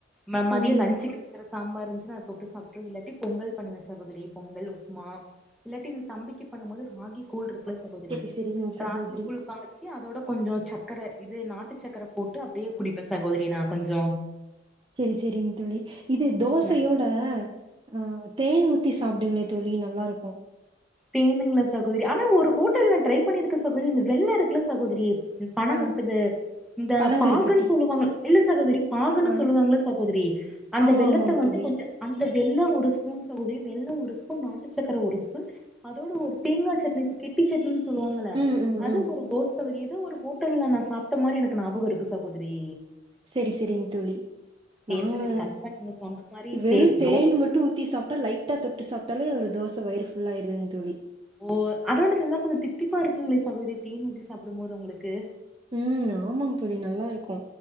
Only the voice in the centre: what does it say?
ம மதிய
லஞ்சுக்கு சாம்பார் இருந்துச்சுனா அத தொட்டு சாப்ட்டுருவ இல்லாட்டி பொங்கல் பண்ணுவ சகோதரி பொங்கல் உப்மா இல்லாட்டி இந்த தம்பிக்கு பண்ணும்போது ராகி கூழ்ருக்குல்ல சகோதரி
ராகிக்கூழ் காச்சி அதோட கொஞ்சோ சக்கர இது நாட்டு சக்கர போட்டு அப்டியே குடிப்ப சகோதரி நா கொஞ்சோ
ந
தேணுங்ளா சகோதரி ஆனா ஒரு ஹோட்டல்ல ட்ரை பண்ணிருக்க சகோரி இந்த வெள்ள இருக்கல்ல சகோதரி பண
ப்பது இந்த
பாகுன் சொல்லுவாங்கள இல்ல சகோதரி பாகுன்னு
சொல்லுவாங்ள சகோதரி அந்த
வெள்ளத்த
வந்து
கொஞ்சோ அந்த வெள்ளோ ஒரு ஸ்பூன் சகோரி வெள்ளோ ஒரு ஸ்பூன் நாட்டு சக்கர ஒரு ஸ்பூன் அதோட ஒரு தேங்கா சட்னி கெட்டி சட்னி சொல்லுவாங்கள
அது
ஒரு தோச வரிய உ ஒரு ஹோட்டல்ல நா சாப்ட்ட மாரி எனக்கு நாபகோ இருக்கு சகோதரி
சேரி
சகோதரி கண்டிப்பா நீங்க சொன்ன மாரி
தே
தோச
ஓ அது வந்து தந்தா கூட தித்திப்பா இருக்குங்ளே சகோரி தேன் ஊத்தி சாப்டும்போது உங்களுக்கு